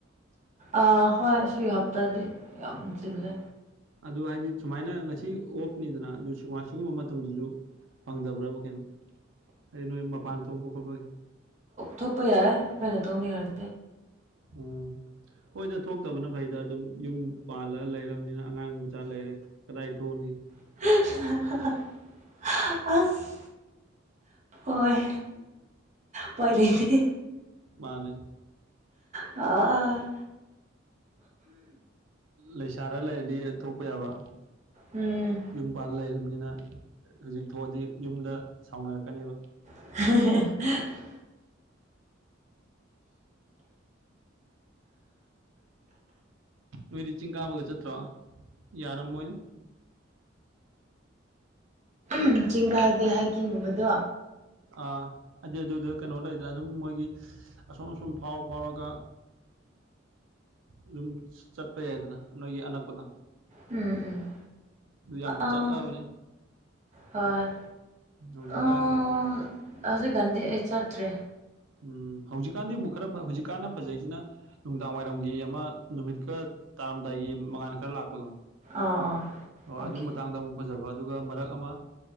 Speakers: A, on the right (about 40°); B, on the right (about 85°).
A: ꯑ ꯍꯣꯏ ꯁꯤ ꯍꯞꯇꯥꯗꯤ ꯌꯥꯝ ꯆꯤꯜꯂꯦ
B: ꯑꯗꯨ ꯍꯥꯏꯗꯤ ꯁꯨꯃꯥꯏꯅ ꯉꯁꯤ ꯑꯣꯐꯅꯤꯗꯅ ꯑꯗꯨ ꯁꯤꯒꯨꯝꯕ ꯃꯇꯝꯗꯁꯨ ꯐꯪꯗꯕ꯭ꯔꯕ ꯀꯩꯅꯣ ꯑꯩ ꯅꯣꯏ ꯃꯄꯥꯟ ꯊꯣꯛꯄ ꯈꯣꯠꯄꯒꯤ
A: ꯊꯣꯛꯄ ꯌꯥꯏ ꯀꯩꯅꯣ ꯇꯧꯅꯤꯡꯔꯅꯤ
B: ꯎꯝ ꯍꯣꯏꯗ ꯊꯣꯛꯇꯕꯅ ꯐꯩꯗ ꯑꯗꯨꯝ ꯌꯨꯝ ꯄꯥꯜꯂ ꯂꯩꯔꯕꯅꯤꯅ ꯑꯉꯥꯡ ꯃꯆꯥ ꯂꯩꯔꯦ ꯀꯗꯥꯏ ꯊꯧꯅꯤ
A: ꯑꯁ ꯍꯣꯏ ꯄꯣꯏꯔꯁ
B: ꯃꯥꯅꯦ
A: ꯑ
B: ꯂꯩꯁꯥꯔ ꯂꯩꯔꯗꯤ ꯊꯣꯛꯄ ꯌꯥꯕ
A: ꯎꯝ
B: ꯌꯨꯝ ꯄꯥꯟꯂ ꯂꯩꯔꯕꯅꯤꯅ ꯍꯧꯖꯤꯛ ꯊꯣꯛꯑꯗꯤ ꯌꯨꯝꯗ ꯁꯥꯎꯅꯔꯛꯀꯅꯦꯕ
A: <unintelligible>
B: ꯅꯣꯏꯗꯤ ꯆꯤꯡ ꯀꯥꯕꯒ ꯆꯠꯇ꯭ꯔꯣ ꯌꯥꯔꯝꯃꯣꯏꯅꯦ
A: ꯎꯝ ꯆꯤꯡ ꯀꯔꯗꯤ ꯍꯥꯏꯛꯀꯤꯡꯒꯨꯝꯕꯗꯣ
B: ꯑꯥ ꯑꯗꯨꯗꯤ ꯑꯗꯨꯗꯣ ꯀꯩꯅꯣ ꯂꯩꯗꯅ ꯑꯗꯨꯝ ꯃꯣꯏꯒꯤ ꯑꯁꯨꯝ ꯑꯁꯨꯝ ꯐꯥꯎꯔ ꯐꯥꯎꯔꯒ ꯑꯗꯨꯝ ꯆꯠꯄ ꯌꯥꯏꯗꯅ ꯅꯣꯏꯒꯤ ꯑꯅꯛꯄꯗꯣ
A: ꯎꯝ ꯎꯝ
B: ꯑꯗꯨ ꯌꯥꯝ
A: ꯑꯥ
B: ꯆꯠꯅꯕꯅꯦ
A: ꯍꯣꯏ
B: ꯍꯧꯖꯤꯛꯀꯥꯟ
A: ꯑꯥ ꯍꯧꯖꯤꯛꯀꯥꯟꯗꯤ ꯑꯩ ꯆꯠꯇ꯭ꯔꯦ
B: ꯎꯝ ꯍꯧꯖꯤꯛꯀꯥꯟꯗꯤ ꯑꯃꯨꯛ ꯈꯔ ꯍꯧꯖꯤꯛꯀꯥꯟꯗ ꯐꯖꯩꯁꯤꯅ ꯅꯨꯡꯗꯥꯡ ꯋꯥꯏꯔꯝꯒꯤ ꯑꯃ ꯅꯨꯃꯤꯠꯀ ꯇꯥꯔꯝꯗꯥꯏꯒꯤ ꯃꯉꯥꯟ ꯈꯔ ꯂꯥꯛꯄꯗꯣ
A: ꯑꯥ ꯑꯥ
B: ꯑꯣ
A: ꯑꯣꯀꯦ
B: ꯑꯗꯨ ꯃꯇꯥꯡꯗ ꯑꯃꯨꯛ ꯐꯖꯕ ꯑꯗꯨꯒ ꯃꯔꯛ ꯑꯃ